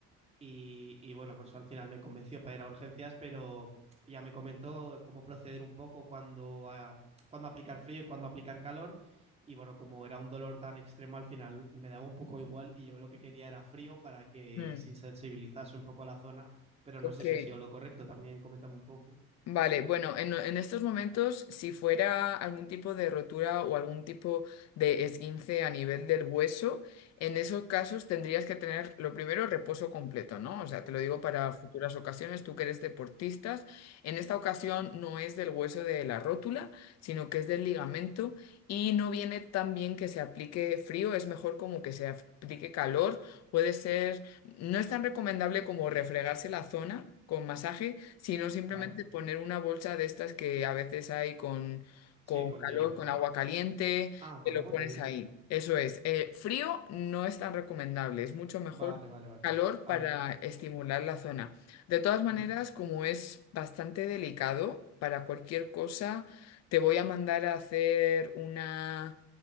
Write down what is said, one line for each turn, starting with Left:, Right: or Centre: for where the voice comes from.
Right: y, y bueno, por eso al final me convenció para ir a urgencias, pero ella me comentó cómo proceder un poco cuando, ah, cuando aplicar frío y cuando aplicar calor. Y bueno, como era un dolor tan extremo, al final me daba un poco igual y yo lo que quería era frío para que
Left: Mm,
Right: se insensibilizase un poco la zona, pero no
Left: ok.
Right: sé si ha sido lo correcto, también coméntame un poco,
Left: Vale, bueno, en, en estos momentos, si fuera algún tipo de rotura o algún tipo de esguince a nivel del hueso, en esos casos tendrías que tener lo primero reposo completo, ¿no? O sea, te lo digo para futuras ocasiones, tú que eres deportistas, en esta ocasión no es del hueso de la rótula, sino que es del ligamento y no viene tan bien que se aplique frío, es mejor como que se aplique calor, puede ser, no es tan recomendable como refregarse la zona. con masaje, sino simplemente
Right: ¿vale?
Left: poner una bolsa de estas que a veces hay con,
Right: Sí,
Left: con
Right: con
Left: calor,
Right: hielos,
Left: con
Right: ¿no?
Left: agua caliente,
Right: Ah,
Left: te
Right: con
Left: lo
Right: agua
Left: pones
Right: caliente,
Left: ahí.
Right: vale.
Left: Eso es. Eh, frío no es tan recomendable, es mucho mejor
Right: Vale, vale, vale.
Left: calor
Right: Au-
Left: para estimular la zona. De todas maneras,
Right: ujú.
Left: como es bastante delicado, para cualquier cosa te voy a mandar a hacer una